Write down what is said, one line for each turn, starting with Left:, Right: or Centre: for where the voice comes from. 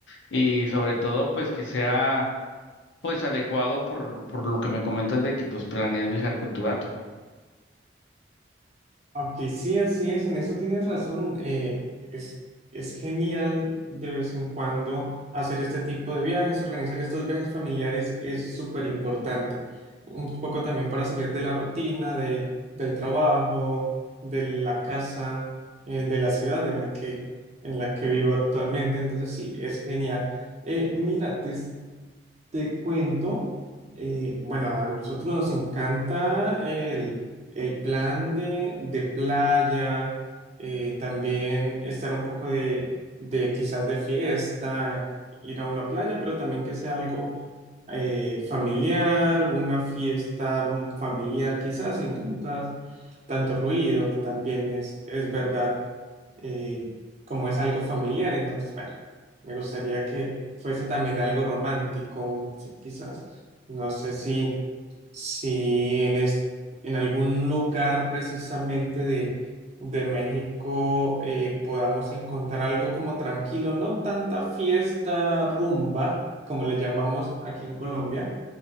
Left: y sobre todo pues que sea pues adecuado por por lo que me comentas de que pues planeas viajar con tu gato.
Right: Aunque sí, así es, en eso tienes razón. eh, es, es genial de vez en cuando hacer este tipo de viajes, organizar estos viajes familiares es súper importante. Un poco también para salir de la rutina, de, del trabajo, de la casa, eh, de la ciudad en la que, en la que vivo actualmente. Entonces sí, es genial. Eh, mira, te, Te cuento, eh, bueno, a nosotros nos encanta el, el plan de, de playa, eh, también estar un poco de, de quizás de fiesta, ir a una playa, pero también que sea algo eh, familiar, una fiesta mm, familiar quizás sin tantas, tanto ruido, que también es, es verdad eh, como es algo familiar, entonces, bueno, me gustaría que fuese también algo romántico, un- sí, quizás, no sé si, si en, es- en algún lugar precisamente de, de México eh, podamos encontrar algo como tranquilo, no tanta fiesta, rumba, como le llamamos aquí en Colombia